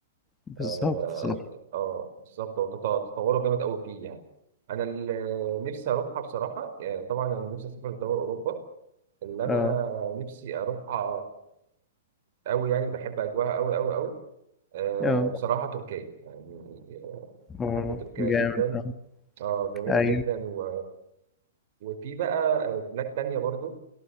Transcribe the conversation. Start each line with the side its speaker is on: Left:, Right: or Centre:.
Left: بالظبط
Right: اه,
Left: صح
Right: آه بالظبط هو تط- تطوروا جامد قوي فيه يعني انا اللي نفسي اروحها بصراحه يعني طبعا انا نفسي اسافر لدول اوروبا اللي
Left: اه
Right: انا نفسي اروحها قوي يعني بحب اجواها قوي قوي قوي آه،
Left: اه
Right: بصراحة تركيا يعني
Left: اه
Right: بحب تركيا
Left: جامد
Right: جدا
Left: اه
Right: اه جميلة
Left: ايوه
Right: جدا و... وفي بقى بلاد تانية برضو